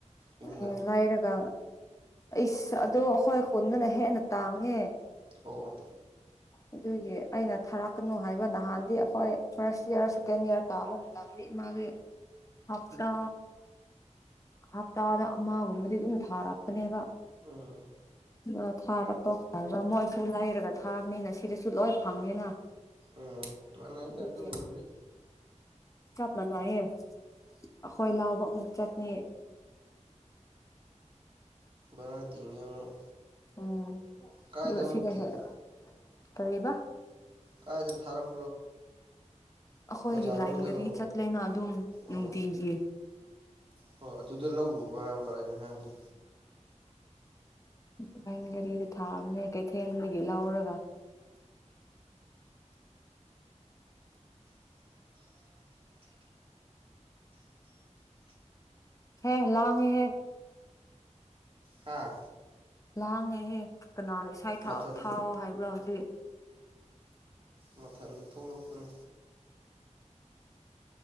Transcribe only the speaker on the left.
ꯎꯝ ꯂꯩꯔꯒ ꯑꯩꯁ ꯑꯗꯣ ꯑꯩꯈꯣꯏ ꯈꯨꯟꯗꯅ ꯍꯦꯟꯅ ꯇꯥꯡꯉꯦ
ꯑꯗꯨꯒꯤ ꯑꯩꯅ ꯊꯥꯔꯛꯀꯅꯨ ꯍꯥꯏꯕ ꯅꯍꯥꯟꯗꯤ ꯑꯩꯈꯣꯏ ꯐꯥꯔꯁ ꯏꯌꯥꯔ ꯁꯦꯀꯦꯟ ꯏꯌꯥꯔ ꯀꯥꯕ ꯃꯗꯤ ꯃꯥꯗꯤ ꯍꯥꯞꯇꯥ ꯍꯞꯇꯥꯗ ꯑꯃꯒꯨꯝꯕꯗꯤ ꯑꯗꯨꯝ ꯊꯥꯔꯛꯄꯅꯦꯕ
ꯑꯗ ꯊꯥꯕ ꯇꯣꯛꯕ ꯃꯣꯏꯁꯨ ꯂꯩꯔꯒ ꯊꯥꯕꯅꯤꯅ ꯁꯤꯗꯁꯨ ꯂꯣꯏ ꯐꯪꯉꯦꯅ
ꯑꯗꯨꯒꯤ
ꯆꯞ ꯃꯥꯟꯅꯩꯌꯦ ꯑꯈꯣꯏ ꯂꯧꯕ ꯑꯃꯨꯛ ꯆꯠꯅꯤ
ꯎꯝ
ꯑꯗꯨ ꯑꯁꯤꯗ
ꯍꯦꯛ ꯀꯔꯤꯕ
ꯑꯩꯈꯣꯏꯒꯤ
ꯂꯥꯏꯟ ꯒꯔꯤ ꯆꯠꯂꯦꯅ ꯑꯗꯨꯝ ꯅꯨꯡꯇꯤꯒꯤ
ꯥꯂꯥꯏꯟ ꯒꯥꯔꯤꯗ ꯊꯥꯝꯅꯦ ꯀꯩꯊꯦꯜꯗꯒꯤ ꯂꯧꯔꯒ ꯍꯦ ꯂꯥꯡꯉꯦ ꯍꯦ
ꯂꯥꯡꯉꯦꯍꯦ ꯀꯅꯥꯅ ꯏꯁꯥꯏ
ꯊꯥꯎꯑꯣ ꯍꯥꯏꯕ꯭ꯔꯥ ꯍꯧꯖꯤꯛ